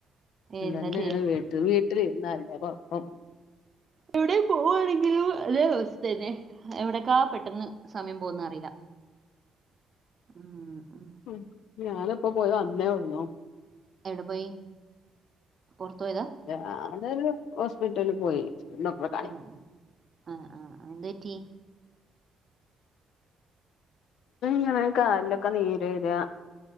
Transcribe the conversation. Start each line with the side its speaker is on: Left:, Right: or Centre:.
Left: ഇതന്നെയാണ്
Right: എന്താ ചെയ്യാ
Left: വീട്ട് വീട്ടിലിരുന്നാ ഉള്ള കുഴപ്പം
Right: എവിടെ പോവുവാണെങ്കിലും അതേ അവസ്ഥ തന്നെ എവിടേക്കാ പെട്ടെന്ന് സമയം പോകുന്ന അറിയില്ല ഉം ഉം
Left: ഉം ഞാനിപ്പോ പോയത് അന്നേ വന്നോ
Right: എവിടെ പോയി പുറത്തു പോയതാ
Left: അ അതൊരു ഹോസ്പിറ്റല് പോയി <unintelligible>
Right: ആഹ് ആഹ് ആഹ് ആഹ് എന്ത്പറ്റി
Left: ഇങ്ങനെ കാലിലൊക്കെ നീര് വരിക